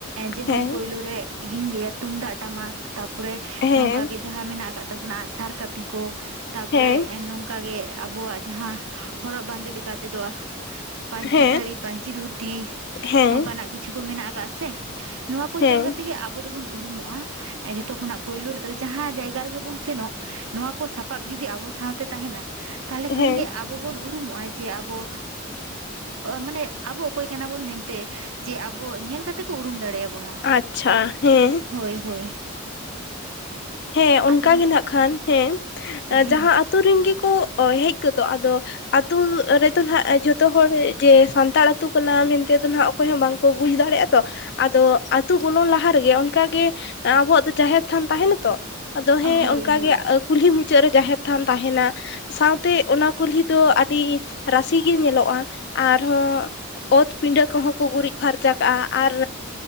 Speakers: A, on the right; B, on the left.
A: ᱡᱮᱢᱚᱱ
B: ᱦᱮᱸ
A: ᱯᱩᱭᱞᱳ ᱨᱮ ᱤᱧ ᱞᱟᱹᱭᱟ ᱛᱩᱢᱫᱟᱜ ᱴᱟᱢᱟᱠ ᱛᱟᱯᱚᱨᱮ
B: ᱦᱮᱸ
A: ᱱᱚᱝᱠᱟ ᱜᱮ ᱡᱟᱦᱟᱸ ᱢᱮᱱᱟᱜ ᱟᱠᱟᱜ ᱛᱟᱵᱚᱱᱟ ᱟᱸᱜᱥᱟᱨ ᱠᱟᱹᱯᱤ ᱠᱚ, ᱛᱟᱯᱚᱨᱮ
B: ᱦᱮᱸ
A: ᱱᱚᱝᱠᱟ ᱜᱮ ᱟᱵᱚᱣᱟᱜ ᱡᱟᱦᱟᱸ ᱦᱚᱨᱚᱜ ᱵᱟᱸᱫᱮ ᱞᱮᱠᱟ ᱛᱮᱫᱚ, ᱯᱟᱹᱧᱪᱤ
B: ᱦᱮᱸ
A: ᱥᱟᱹᱲᱤ ᱯᱟᱹᱧᱪᱤ ᱫᱷᱩᱛᱤ
B: ᱦᱮᱸ
A: ᱱᱚᱝᱠᱟᱱᱟᱜ ᱠᱤᱪᱷᱩ ᱠᱚ ᱢᱮᱱᱟᱜ ᱟᱠᱟᱜ ᱥᱮ, ᱱᱚᱣᱟ ᱠᱚ
B: ᱦᱮᱸ
A: ᱧᱮᱞ ᱠᱟᱛᱮᱜ ᱜᱮ ᱟᱵᱚ ᱫᱚᱵᱚᱱ ᱩᱨᱩᱢᱚᱜᱼᱟ ᱡᱷᱚᱛᱚ ᱠᱷᱚᱱᱟᱜ ᱯᱩᱭᱭᱞᱩ ᱨᱮᱫᱚ ᱡᱟᱦᱟᱸ ᱡᱟᱭᱜᱟ ᱨᱮᱜᱮ ᱵᱚᱱ ᱥᱮᱱᱚᱜ, ᱱᱚᱣᱟ ᱠᱚ ᱥᱟᱯᱟᱵ ᱡᱩᱫᱤ ᱟᱵᱚ ᱥᱟᱶᱛᱮ ᱛᱟᱦᱮᱱᱟ ᱛᱟᱦᱚᱞᱮ ᱠᱷᱟᱱ
B: ᱦᱮᱸ
A: ᱜᱮ, ᱟᱵᱚᱵᱚᱱ ᱩᱨᱩᱢᱚᱜᱼᱟ ᱡᱮ ᱟᱵᱚ, ᱢᱟᱱᱮ ᱟᱵᱚ ᱚᱠᱚᱭ ᱠᱟᱱᱟ ᱵᱚᱱ ᱢᱮᱱᱛᱮ ᱡᱮ ᱟᱵᱚ ᱧᱮᱞ ᱠᱟᱛᱮ ᱠᱚ ᱩᱨᱩᱢ ᱫᱟᱲᱮᱭᱟᱵᱚᱱᱟ,
B: ᱟᱪᱪᱷᱟ ᱦᱮᱸ,
A: ᱦᱳᱭ ᱦᱳᱭ,
B: ᱦᱮᱸ ᱚᱱᱠᱟ
A: ᱟᱫᱚ
B: ᱜᱮ ᱱᱟᱜ ᱠᱷᱟᱱ ᱦᱮᱸ
A: ᱦᱮᱸ
B: ᱡᱟᱦᱟᱸ ᱟᱛᱩ ᱨᱮᱱ ᱜᱮᱠᱚ ᱦᱮᱡ ᱟᱫᱚ ᱟᱹᱛᱩ ᱨᱮ ᱛᱚ ᱱᱟᱦᱟᱜ ᱡᱚᱛᱚ ᱦᱚᱲ ᱡᱮ ᱥᱟᱱᱛᱟᱲ ᱟᱛᱳ ᱠᱟᱱᱟ ᱢᱮᱱᱛᱮ ᱫᱚ ᱱᱟᱦᱟᱜ ᱚᱠᱚᱭ ᱦᱚᱸ ᱵᱟᱝᱠᱚ ᱵᱩᱡᱽ ᱫᱟᱲᱮᱭᱟᱜᱼᱟ ᱛᱚ, ᱟᱫᱚ ᱟᱛᱩ ᱵᱚᱞᱚᱱ ᱞᱟᱦᱟ ᱨᱮᱜᱮ ᱚᱱᱠᱟᱜᱮ ᱟᱵᱚᱣᱟᱜ ᱫᱚ ᱡᱟᱦᱮᱨ ᱛᱷᱟᱱ ᱛᱟᱦᱮᱱᱟ, ᱛᱚ ᱟᱫᱚ ᱦᱮᱸ
A: ᱦᱳᱭ
B: ᱚᱱᱠᱟᱜᱮ
A: ᱦᱳᱭ
B: ᱠᱩᱞᱦᱤ ᱢᱩᱪᱟᱹᱫ ᱨᱮ ᱡᱟᱦᱮᱨ ᱛᱷᱟᱱ ᱛᱟᱦᱮᱱᱟ, ᱥᱟᱶᱛᱮ ᱚᱱᱟ ᱠᱩᱞᱦᱤ ᱫᱚ ᱟᱹᱰᱤ ᱨᱟᱥᱤ ᱜᱮ ᱧᱮᱞᱚᱜᱼᱟ ᱟᱨᱦᱚᱸ, ᱚᱛ ᱯᱤᱸᱰᱟᱹ ᱠᱚᱦᱚᱸ ᱠᱚ ᱜᱩᱨᱤᱡᱽ ᱯᱷᱟᱨᱪᱟ ᱠᱟᱜᱼᱟ ᱟᱨ,